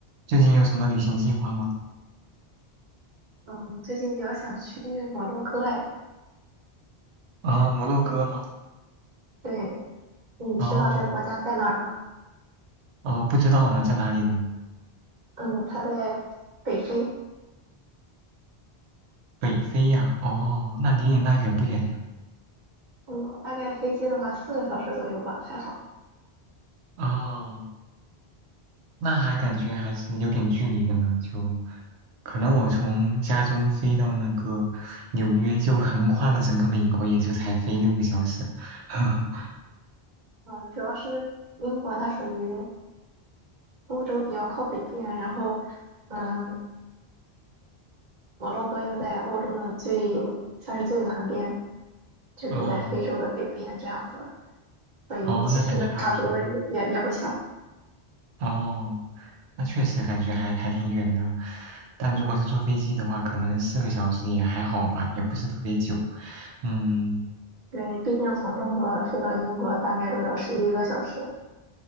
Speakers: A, on the right; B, on the right.
A: 最近有什么旅行计划吗？
B: 嗯，我最近比较想去摩洛哥哎。
A: 啊，摩洛哥吗？
B: 对，你知道这个国家在哪儿吗？
A: 哦，哦，不知道呢，在哪里呢？
B: 嗯，它在北非。
A: 北非呀？哦，那离你那远不远呀？
B: 嗯，大概飞机的话四个小时左右吧，还好。
A: 哦，那还感觉还是有点距离的呢，就可能我从加州飞到那个纽约，就横跨了整个美国，也就才飞六个小时。<laughs>
B: 嗯，主要是英国它属于欧洲比较靠北边，然后嗯，摩洛哥又在欧洲的最算是最南边，就是在非洲的北边这样子，
A: 哦，
B: 所以其实跨度也也也不小。
A: 哦，那感觉还挺远。哦。那确实感觉还还挺远的，但如果是坐飞机的话，
B: 嗯，
A: 可能四个小时也还好吧，也不是特别久。嗯，
B: 对，毕竟从中国飞到英国大概都要十一个小时。